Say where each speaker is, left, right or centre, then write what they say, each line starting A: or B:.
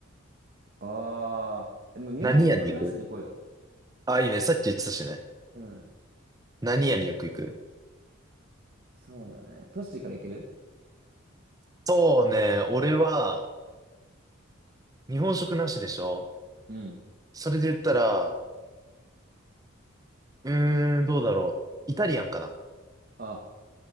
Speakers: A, on the right (about 45°); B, on the right (about 20°).
A: ああ、えもう日本食なしで行こうよ。
B: う何屋に行くあ、いいね。さっき言ってたしね。
A: うん。
B: 何屋によく行く
A: そうだね。トッシーから行ける
B: そうね。俺は、日本食なしでしょ
A: うん。
B: それで言ったら、うーん、どうだろう。イタリアンかな
A: あ、